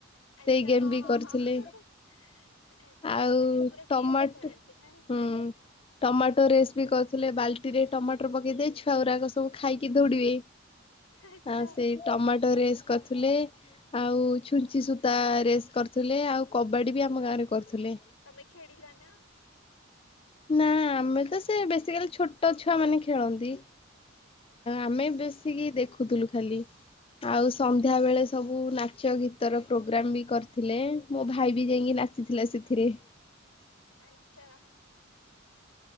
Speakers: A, on the left; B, on the left.
A: ଆଚ୍ଛା
B: ସେଇ ଗେମ
A: ହଁ
B: ବି
A: ହଁ
B: କରିଥିଲି।
A: ହଁ ଆଚ୍ଛା
B: ଆଉ
A: ମାନେ ତମର
B: ଟମାଟ
A: ଗେମ୍ ବି କରନ୍ତି ନା?
B: ହୁଁ। ଟମାଟୋ ରେସ୍ ବି କରୁଥିଲେ ବାଲ୍ଟି ରେ ଟମାଟୋ ପକେଇଦ ଛୁଆଗୁରାକ ସବୁ ଖାଇକି ଦୌଡିବେ
A: ଆଚ୍ଛା
B: ଆଉ ସେଇ ଟମାଟୋ ରେସ୍ କରୁଥିଲେ ଆଉ ଛୁଞ୍ଚି ସୂତା ରେସ୍ କର ଥିଲେ ଆଉ କବାଡ଼ି
A: ହୁଁ
B: ବି ଆମ ଗାଁରେ କରୁଥିଲେ।
A: ତମେ ଖେଳିଲ ନା
B: ନା ଆମେ ତ ସେ ବେଶୀ କାଲି ଛୋଟ ଛୁଆ ମାନେ ଖେଳନ୍ତି। ଆମେ ବେଶିକି ଦେଖୁଥିଲୁ ଖାଲି ଆଉ ସନ୍ଧ୍ୟା ବେଳେ ସବୁ ନାଚ ଗୀତର ପ୍ରୋଗ୍ରାମ୍ ବି କରିଥିଲେ ମୋ ଭାଇ ବି ଯାଇକି ନାଚିଥିଲା ସେଥିରେ।
A: ଆଚ୍ଛା।